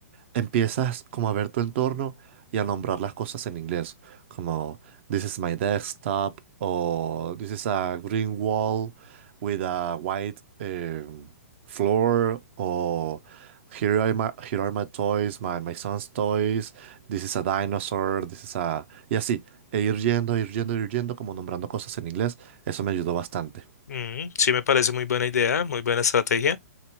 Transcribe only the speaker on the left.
Mm, sí, me parece muy buena idea, muy buena estrategia.